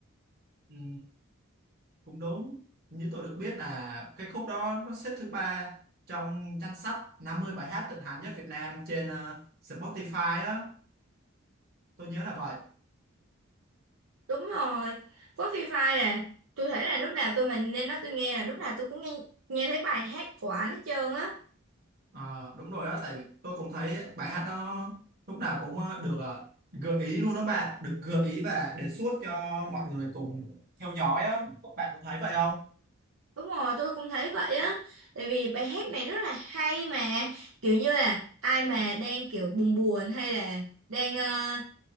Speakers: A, on the right (about 50°); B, on the right (about 85°).
A: ừ, cũng đúng như tôi được biết là cái khúc đó nó xếp thứ ba trong danh sách 50 bài hát thịnh hành nhất Việt Nam trên ờ, Spotify á tôi nhớ là vậy
B: Đúng rồi. Với Free Fire là tôi thấy là lúc nào tôi mà nên nói tôi nghe là lúc nào tôi cũng nghe nghe thấy bài hát của anh hết trơn á.
A: Ờ, đúng rồi á, tại tôi cũng thấy bài hát đó lúc nào cũng ờ, được ờ, gợi ý luôn đó bạn, được gợi ý và đề xuất cho mọi người cùng theo dõi á, các bạn có thấy vậy không?
B: Đúng rồi, tôi cũng thấy vậy á. Tại vì bài hát này rất là hay mà kiểu như là ai mà đang kiểu buồn buồn hay là đang ờ,